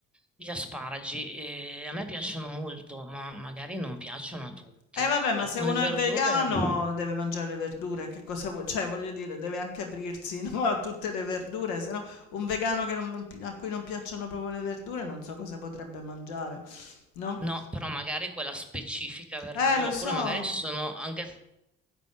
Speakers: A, in the centre; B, on the left.
A: gli asparagi, eh, a me piacciono molto, ma magari non piacciono a tutti.
B: Eh vabbè, ma
A: Alcune
B: se uno
A: verdure...
B: è vegano deve mangiare le verdure, che cosa vuoi cioè voglio dire, deve anche aprirsi, <laughs> no, a tutte le verdure, se no un vegano che non a cui non piacciono proprio le verdure non so cosa potrebbe mangiare. No?
A: No, però magari quella specifica verdura,
B: Eh, lo
A: oppure
B: so.
A: magari ci sono anche